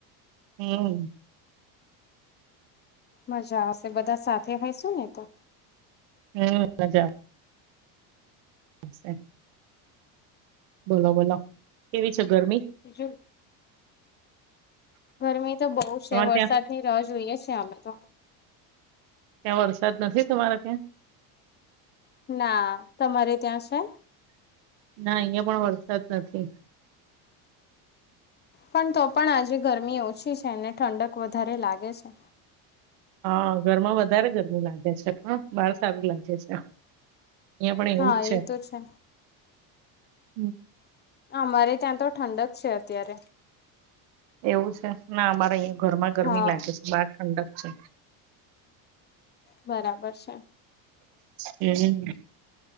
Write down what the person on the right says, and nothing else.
હમ.
હમ, મજા આવશે. બોલો, બોલો કેવી છે ગરમી
તમારે
ત્યાં
ત્યાં વરસાદ નથી તમારા ત્યાં?
ના, અહિયા પણ વરસાદ નથી.
હન, ઘરમાં વધારે ગરમી લાગે છે. પણ બાર સારું લાગે છે. અહિયાં પણ એવું
જ
હમ.
એવું છે. ના, અમારે અઈયા ઘરમાં ગરમી
લાગે છે. બાર ઠંડક છે.
હમ.